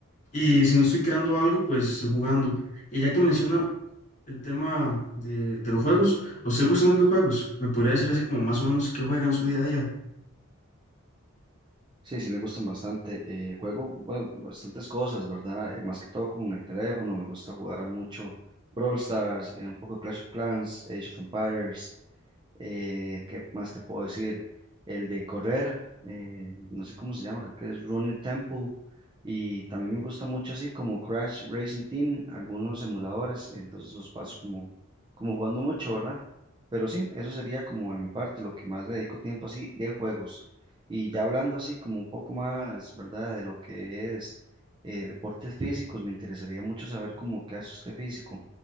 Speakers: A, on the left (about 30°); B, on the right (about 20°).
A: Y si no estoy creando algo, pues estoy jugando. Y ya que menciona el tema de, de los juegos, ¿a usted le gustan los videojuegos? ¿Me podría decir así como más o menos qué juega en su día a día?
B: Sí, sí, me gustan bastante. eh, juego, bueno, bastantes cosas, ¿verdad? Eh, más que todo como en el teléfono, me gusta jugar mucho Brawl Stars, eh, un poco Clash of Clans, Age of Empires eh, ¿qué más te puedo decir? El de correr, eh, no sé cómo se llama, creo que es Running Temple. Y también me gusta mucho así como Crash Racing Team, algunos emuladores, entonces los paso como, como jugando mucho, ¿verdad? Pero sí, eso sería como de mi parte, lo que más le dedico tiempo así de juegos. Y ya hablando así como un poco más, ¿verdad? De lo que es eh, deportes físicos, me interesaría mucho saber cómo qué hace usted físico.